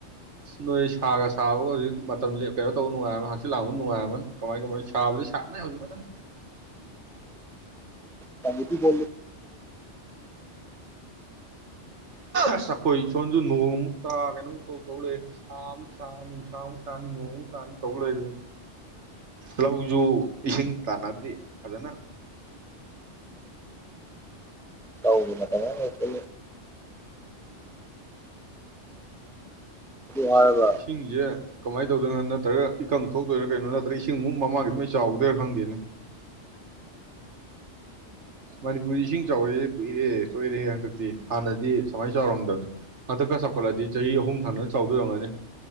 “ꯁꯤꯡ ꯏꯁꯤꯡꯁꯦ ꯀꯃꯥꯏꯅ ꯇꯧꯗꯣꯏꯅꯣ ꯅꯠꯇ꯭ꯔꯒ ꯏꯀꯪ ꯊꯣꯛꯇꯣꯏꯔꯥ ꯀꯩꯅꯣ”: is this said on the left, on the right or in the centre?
Right